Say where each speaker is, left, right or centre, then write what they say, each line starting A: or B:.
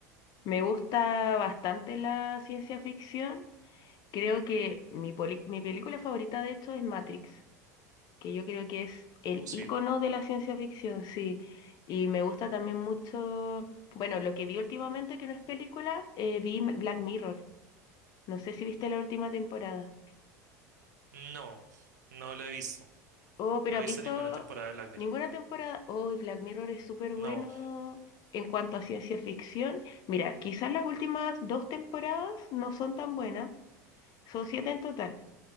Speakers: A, on the left; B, on the right.
A: Me gusta bastante la ciencia ficción. Creo que mi, poli- mi película favorita de hecho es Matrix, que yo creo que es el
B: Uh, sí.
A: icono de la ciencia ficción, sí. Y me gusta también mucho, bueno, lo que vi últimamente que no es película, eh, vi M- Black Mirror. No sé si viste la última temporada.
B: No, no la he visto.
A: Oh, pero
B: No he
A: ¿has
B: visto
A: visto
B: ninguna temporada de Black Mirror.
A: ninguna temporada? Oh, y Black Mirror es súper bueno
B: No,
A: en cuanto a ciencia ficción. Mira, quizás las últimas dos temporadas no son tan buenas, son siete en total,